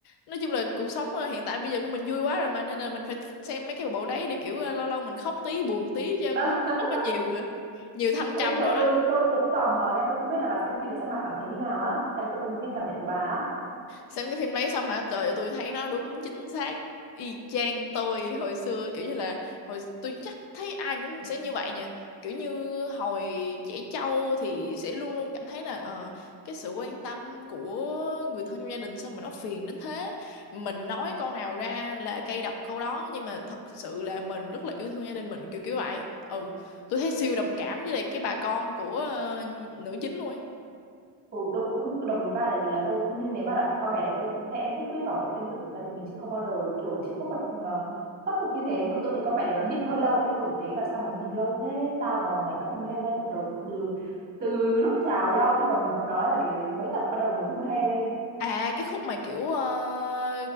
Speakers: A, on the left; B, on the right.
A: Nói chung là cuộc sống ờ, hiện tại bây giờ của mình vui quá rồi mà. Nên là mình phải xem mấy cái bộ đấy để kiểu ờ, lâu lâu mình khóc tí, buồn tí cho
B: Ờ,
A: cuộc
B: <laughs>
A: sống nó nhiều ờ, nhiều thăng
B: Ê,
A: trầm
B: tính là
A: rồi
B: tôi
A: đó.
B: tôi cũng tò mò nha tôi không biết là bà xem phim để xong bà cảm thấy như nào á tại vì tôi cũng muốn nghe cảm nhận của bà á
A: xem cái phim đấy xong hả trời ơi, tôi thấy nó đúng chính xác y chang tôi hồi xưa kiểu như là hồi tôi chắc thấy ai cũng sẽ như vậy nha kiểu như hồi trẻ trâu thì sẽ luôn luôn cảm thấy là ờ, cái sự quan tâm của người thân trong gia đình sao mà nó phiền đến thế mình nói câu nào ra là cay độc câu đó nhưng mà thật sự là mình rất là yêu thương gia đình mình kiểu kiểu vậy ừ tôi thấy siêu đồng cảm với lại cái bà con của ờ, nữ chính luôn ấy
B: ừ, tôi cũng đúng đồng ý với bà tại vì là tôi cũng như nếu mà là con bé này tôi cũng sẽ nhất quyết bảo vệ danh dự của gia đình mình chứ không bao giờ kiểu chịu khuất phục ờ, khuất phục như thế nhưng mà tôi thấy con bé này nó nhịn hơi lâu ấy tôi thì thấy là sao mày nhịn lâu thế tao mà là mày tao tung hê ngay từ tập đầu từ từ lúc chào nhau chứ còn đừng có nói là để đến mấy tập bắt đầu mới tung hê lên
A: À cái khúc mà kiểu ờ,